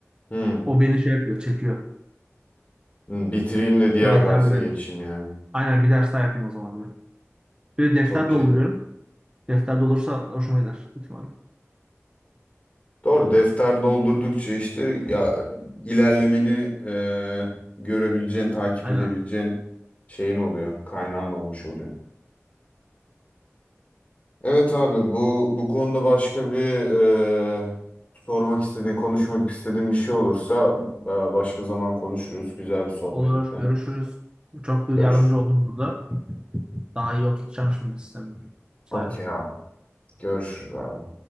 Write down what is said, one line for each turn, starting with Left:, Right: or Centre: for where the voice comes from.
Left: Hmm.
Right: O beni şey yapıyor, çekiyor.
Left: Hı, Bitireyim de diğer
Right: O yeterli
Left: derse
Right: benim.
Left: geçeyim yani.
Right: Aynen bir ders daha yapayım o zaman diyorum. Bir de defter
Left: Okey.
Right: dolduruyorum. Defter dolursa hoşuma gider. Büyük ihtimalle.
Left: Doğru defter doldurdukça işte ya ilerlemeni e, görebileceğin, takip
Right: Aynen.
Left: edebileceğin şeyin oluyor. Kaynağın olmuş oluyor. Evet abi bu bu konuda başka bir e, sormak istediğin, konuşmak istediğin bir şey olursa e, başka zaman konuşuruz. Güzel bir sohbette.
Right: Olur. Görüşürüz. Çok
Left: Görüş.
Right: yardımcı oldum burada. Daha iyi oturtacağım şimdi sistemi. Sayın.
Left: Okey abi. Görüşürüz abi.